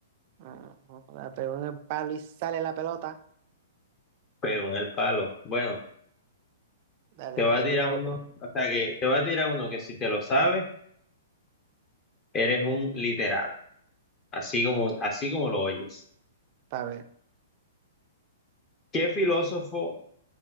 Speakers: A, on the right; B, on the left.
A: Ah, joda, pegó en el palo y sale la pelota.
B: Pero en el palo. Bueno,
A: Dale,
B: te voy
A: va,
B: a tirar
A: tira
B: uno,
A: otro.
B: o sea que te voy a tirar uno que si te lo sabes, eres un
A: Ujú.
B: literato, así como, así como lo oyes.
A: Pa' ver.
B: ¿Qué filósofo